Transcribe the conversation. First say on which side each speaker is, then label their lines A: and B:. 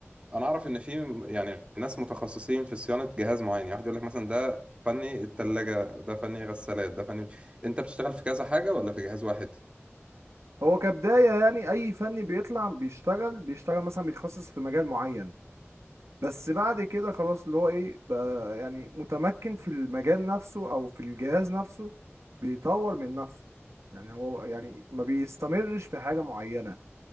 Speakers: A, on the right; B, on the right.
A: انا اعرف ان في م- يعني ناس متخصصين في صيانة جهاز معين يعني واحد يقول لك مثلا ده فني التلاجة ده فني غسالات ده فني انت بتشتغل في كذا حاجة ولا في جهاز واحد
B: هو كبداية يعني أي فني بيطلع بيشتغل بيشتغل مثلا بيتخصص في مجال معين بس بعد كده خلاص اللي هو إيه بقى يعني متمكن في المجال نفسه أو في الجهاز نفسه بيطور من نفسه يعني هو يعني ما بيستمرش في حاجة معينة